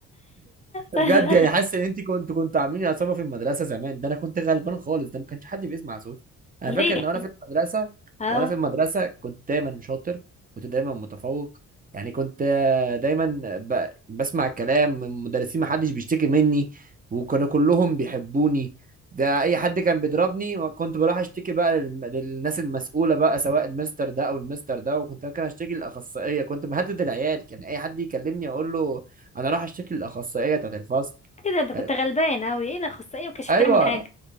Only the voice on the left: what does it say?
لا
<laughs>
ليه
اه
ايه ده انت كنت
غلبان قوي ايه اللي خص ايه ما كانش
بتعمل حاجه